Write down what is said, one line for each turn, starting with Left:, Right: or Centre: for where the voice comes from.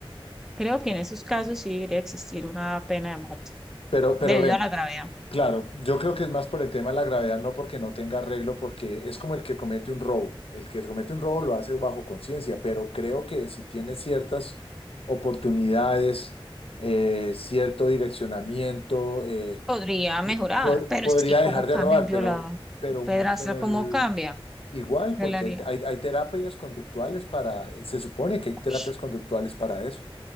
Centre: Creo que en esos casos sí debería existir una pena de muerte
Left: Pero, pero
Centre: debido
Left: ven,
Centre: a la gravedad.
Left: Claro, yo creo que es más por el tema de la gravedad, no porque no tenga arreglo, porque es como el que comete un robo. El que comete un robo lo hace bajo conciencia, pero creo que si tiene ciertas oportunidades, eh, cierto direccionamiento, eh,
Centre: Podría
Left: di-
Centre: mejorar,
Left: po-
Centre: pero
Left: podría
Centre: es que cómo
Left: dejar
Centre: cambia
Left: de robar,
Centre: un violador,
Left: pero, pero,
Centre: un pedrastra,
Left: pero
Centre: cómo
Left: el-
Centre: cambia,
Left: igual,
Centre: ¿qué
Left: porque
Centre: le haría?
Left: hay, hay- hay terapias conductuales para, se supone que hay
Centre: Uy,
Left: terapias conductuales para eso,